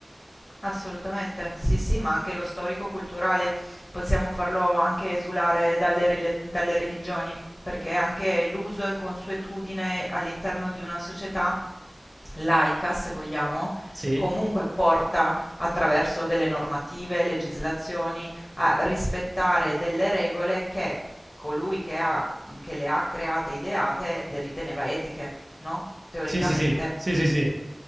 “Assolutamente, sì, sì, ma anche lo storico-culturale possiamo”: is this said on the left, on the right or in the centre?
Left